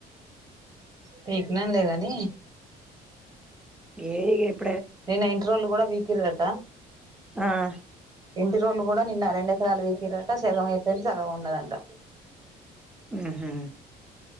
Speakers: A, on the right; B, in the centre.
A: పీకినమ్ లేే కాని
B: ఏ ఇగ ఎపు
A: నిన్న ఇంటిరోలు కూడా పీకిరు ఆట
B: ఆహ
A: ఇంటిరోలు కూడా నిన్న రెండు ఎకరాలు పీకిరు ఆట సగం అయిపోయింది సగం ఉన్నదంట
B: ఉహూ